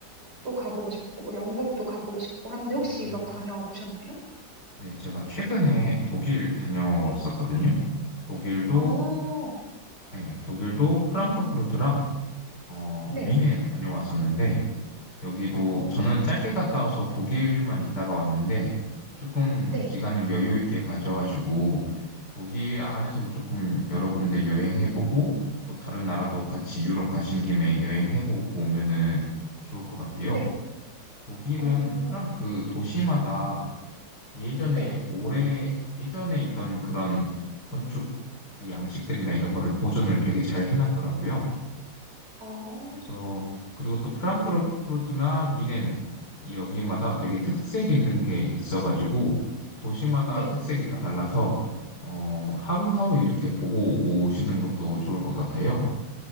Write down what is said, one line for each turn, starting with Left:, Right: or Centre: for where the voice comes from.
Right: 가보고 싶고 뭐 영국도 가보고 싶고 하는데 혹시
Left: 음,
Right: 유럽 다녀와 보셨나요?
Left: 네, 제가 최근에 독일 다녀왔었거든요.
Right: 네.
Left: 독일도
Right: 어,
Left: 네, 독일도 프랑크푸르트랑 어,
Right: 네.
Left: 뮌넨 다녀왔었는데 여기도
Right: 어,
Left: 저는 짧게 갔다 와서 독일만 있다가 왔는데 조금
Right: 네.
Left: 기간을 여유 있게 가져가지고 독일 안에서도 조금 여러 군데 여행해보고 또 다른 나라도 같이
Right: 음,
Left: 유럽 가신 김에 여행해보고 오면은 좋을 것 같아요.
Right: 네.
Left: 독일은
Right: 어,
Left: 프랑크 도시마다 예전에
Right: 네.
Left: 올해 예전에 있던 그런 건축 그 양식들이나 이런 거를 보존을 되게 잘 해놨더라고요.
Right: 어
Left: 그래서 그리고 또 프랑크푸르트나 미넨 이 여기마다 되게 특색 있는 게 있어가지고 도시마다
Right: 네.
Left: 특색이 다 달라서 어, 하루하루 이렇게 보고 오시는 것도 좋을 것 같아요.